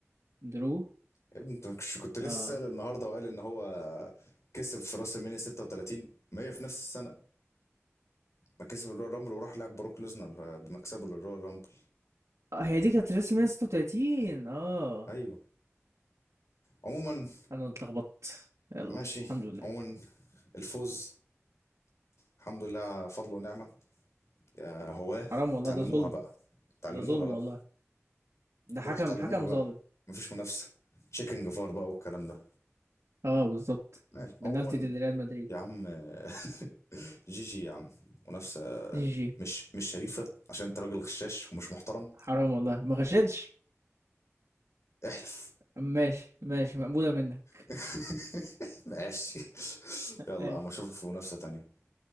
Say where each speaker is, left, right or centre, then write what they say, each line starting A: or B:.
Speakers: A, on the right (about 75°); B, on the left (about 75°).
A: درو
B: يا ابني انت مش كنت لسه
A: اه
B: سأل النهارده وقال ان هو كسب في راس المينيا 36 ما هي في نفس السنه ما كسب الرويال رامبل وراح لعب بروك ليزنر بمكسبه للرويال رامبل
A: آه، هي دي كانت رسم 136 اه
B: ايوه عموما
A: أنا اتلخبطت يلا
B: ماشي
A: الحمد لله
B: عموما الفوز الحمد لله فضل ونعمه آه، هواه
A: حرام والله
B: تعلموها
A: ده ظلم
B: بقى تعلموها
A: ده ظلم
B: بقى
A: والله ده حكم
B: روح تعلموها
A: حكم
B: بقى
A: ظالم
B: مفيش منافسه تشيكن جفار بقى والكلام ده
A: اه بالظبط
B: ماشي
A: بنالتي
B: عموما
A: دي لريال مدريد
B: يا عم <laughs> جي جي يا عم منافسة
A: جي جي
B: مش مش شريفة عشان انت راجل غشاش ومش محترم
A: حرام والله ما غشتش
B: احلف
A: ماشي ماشي مقبولة منك
B: <laughs> ماشي يلا
A: ماشي
B: يا عم اشوفك في منافسة تانية